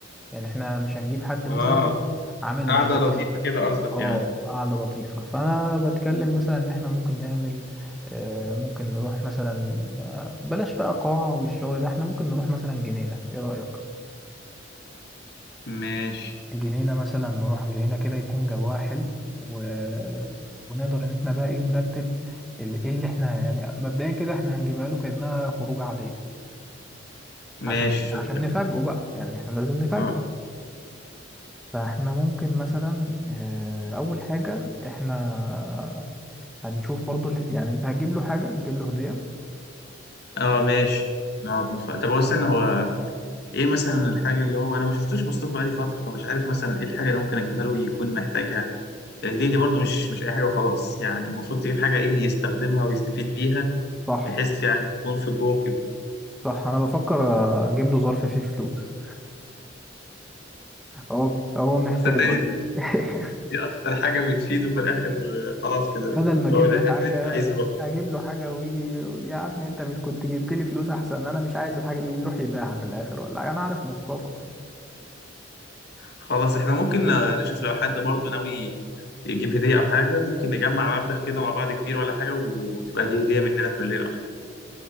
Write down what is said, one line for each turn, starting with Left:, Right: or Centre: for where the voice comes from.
Centre: يعني احنا مش هنجيب حد
Left: آه
Centre: مثلا عامل
Left: قعدة
Centre: مشاكل
Left: لطيفة كده قصدك
Centre: اه
Left: يعني
Centre: قعدة لطيفة فأنا بتكلم مثلا إن إحنا ممكن نعمل آه، ممكن نروح مثلا آه، بلاش بقى قاعة والشغل ده إحنا ممكن نروح مثلا جنينة إيه رأيك؟
Left: ماشي
Centre: جنينة مثلا نروح جنينة كده يكون جواها حلو و... ونقدر إن إحنا بقى إيه نرتب ال- إيه اللي إحنا يعني مبدئيا كده إحنا هنجيبها له كأنها خروجة عادية
Left: ماشي
Centre: عشان
Left: شغال
Centre: عشان نفاجئه بقى يعني إحنا لازم نفاجئه
Left: آه
Centre: فإحنا ممكن مثلا آه، أول حاجة إحنا هنشوف برضو ال- يعني انت هتجيب له حاجة هتجيب له هدية
Left: آه ماشي نقعد نف... طب هو استنى هو ايه مثلا الحاجه اللي هو انا ما شفتوش مصطفى بقالي فتره فمش عارف مثلا ايه الحاجه اللي ممكن اجيبها له يكون محتاجها الهديه دي برضو مش مش اي حاجه وخلاص يعني المفروض تجيب حاجه ايه يستخدمها ويستفيد بيها
Centre: صح
Left: بحيث يعني تكون في الجون كده
Centre: صح انا بفكر آه، اجيب له ظرف فيه فلوس هو هو محتاجه
Left: بس تاني
Centre: اكيد <laughs>
Left: دي اكتر حاجه بتفيده في الاخر خلاص كده
Centre: بدل
Left: اللي
Centre: ما اجيب
Left: هو الحاجه
Centre: له حاجة
Left: اللي انت عايزه بقى
Centre: اجيب له حاجة ويجي يقول يا عم انت مش كنت جبت لي فلوس احسن انا مش عايز الحاجة دي ويروح يبيعها في الاخر ولا حاجة. انا عارف مصطفى
Left: خلاص احنا ممكن نشوف لو حد برضو ناوي يجيب هديه او حاجه ممكن نجمع مبلغ كده مع بعض كبير ولا حاجه وتبقى دي هديه مننا كلنا ولا حاجه